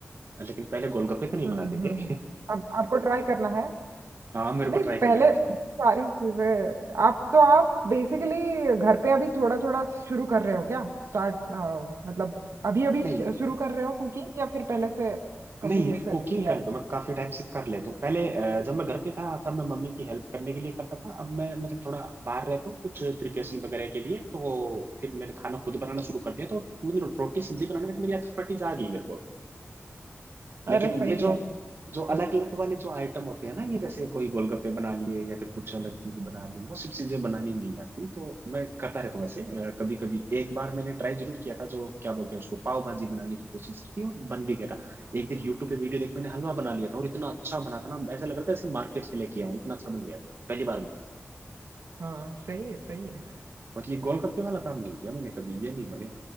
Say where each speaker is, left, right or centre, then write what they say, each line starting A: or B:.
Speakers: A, on the right (about 55°); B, on the right (about 85°).
A: लेकिन पहले गोलगप्पे तो नहीं
B: हम्म
A: बनाते
B: हम्म
A: थे
B: अब आपको ट्राई करना है
A: <laughs> हाँ मेरे
B: नहीं
A: को ट्राई करना
B: पहले
A: है
B: सारी चीजें आप तो आप बेसिकली घर पे अभी थोड़ा थोड़ा शुरू कर रहे हो क्या स्टार्ट मतलब अभी अभी
A: नहीं
B: शुरू कर रहे हो कुकिंग या फिर पहले से कभी
A: नहीं मैं
B: ऐसे
A: कुकिंग
B: किया
A: कर लेता
B: है
A: हूँ मैं काफी टाइम से कर लेता हूँ पहले अ, जब मैं घर पे था तब मैं मम्मी की हेल्प करने के लिए करता था अब मैं मतलब थोड़ा बाहर रहता हूँ कुछ प्रिपरेशन वगैरह के लिए तो फिर मैंने खाना खुद बनाना शुरू कर दिया तो मतलब रोटी सब्जी बनाने में तो मेरी एक्सपर्टीज आ गई मेरे को
B: अरे
A: लेकिन
B: सही
A: ये जो
B: है मतलब
A: जो अलग अलग वाले जो आइटम होते हैं ना ये जैसे कोई गोलगप्पे बना लिए या फिर कुछ अलग चीज बना ली वो सब चीजें बनानी नहीं आती तो मैं करता रहता हूँ ऐसे कभी कभी एक बार मैंने ट्राई जरूर किया था जो क्या बोलते हैं उसको पाव भाजी बनाने की कोशिश की थी और बन भी गया था एक दिन यूट्यूब पे वीडियो देख मैंने हलवा बना लिया था और इतना अच्छा बना था ना ऐसा लग रहा था जैसे मार्केट से लेके आया हूं, इतना अच्छा बन गया था वो, पहली बार में
B: हाँ सही है सही है
A: और ये गोलगप्पे वाला काम नहीं किया मैंने कभी ये नहीं बने